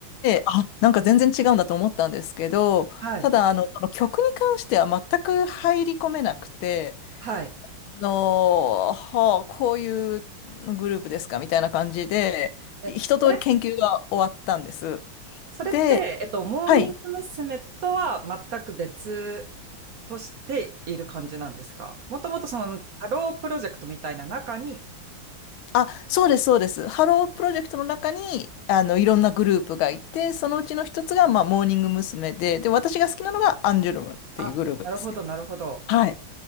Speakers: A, on the left; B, on the right.
A: あ、なんか全然違うんだと思ったんですけど、
B: はい。
A: ただ、あの、この曲に関しては全く入り込めなくて、
B: はい。
A: の、はあ、こういうグループですかみたいな感じで、
B: え、
A: 一通り研究が終わったんです。
B: それそれって、
A: で、
B: えっと、モーニング娘。
A: はい。
B: とは全く別としている感じなんですかもともとそのハロープロジェクトみたいな中に、
A: あ、そうです、そうです。ハロープロジェクトの中に、あの、いろんなグループがいて、そのうちの一つが、まあ、モーニング娘。で、で、私が好きなのがアンジュルムっていうグループですね。
B: あ、なるほど、なるほど。
A: はい。